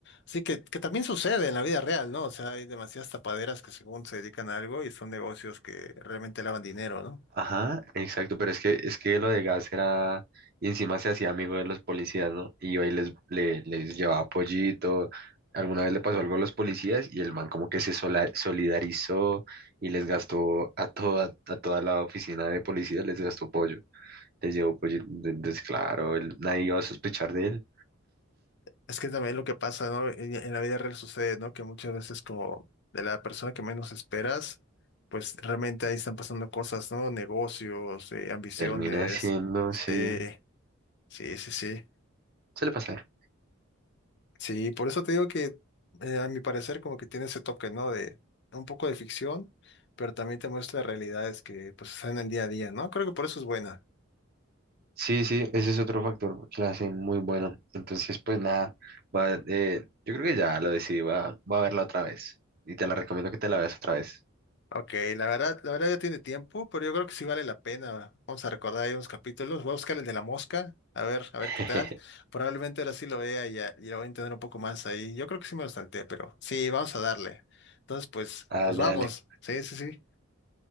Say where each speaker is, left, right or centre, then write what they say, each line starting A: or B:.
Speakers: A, on the left; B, on the right.
A: Sí, que, que también sucede en la vida real, ¿no? O sea, hay demasiadas tapaderas que según se dedican a algo y son negocios que realmente lavan dinero, ¿no?
B: Ajá, exacto, pero es que, es que lo de gas era, y encima se hacía amigo de los policías, ¿no? Y iba y les, le- les llevaba pollito, alguna vez le pasó algo a los policías y el man como que se sola- solidarizó y les gastó a toda, a toda la oficina de policías, les gastó pollo, les llevó pollito, entonces claro, él- nadie iba a sospechar de él,
A: Es que también lo que pasa, ¿no? En, en la vida real sucede, ¿no? Que muchas veces como de la persona que menos esperas, pues realmente ahí están pasando cosas, ¿no? Negocios, eh, ambiciones.
B: termina siendo, sí,
A: eh, sí, sí, sí.
B: suele pasar.
A: Sí, por eso te digo que eh, a mi parecer como que tiene ese toque, ¿no? De un poco de ficción, pero también te muestra realidades que pues están en el día a día, ¿no? Creo que por eso es buena.
B: Sí, sí, ese es otro factor que la hace muy buena. Entonces, pues nada, va, eh, yo creo que ya lo decidí, va, va a verla otra vez. Y te la recomiendo que te la veas otra vez.
A: Ok, la verdad, la verdad ya tiene tiempo, pero yo creo que sí vale la pena. Vamos a recordar ahí unos capítulos. Voy a buscar el de la mosca, a ver, a ver
B: <laughs>
A: qué tal. Probablemente ahora sí lo vea y ya, ya voy a entender un poco más ahí. Yo creo que sí me lo salté, pero sí, vamos a darle. Entonces, pues,
B: Dale,
A: pues vamos.
B: dale,
A: Sí, sí, sí.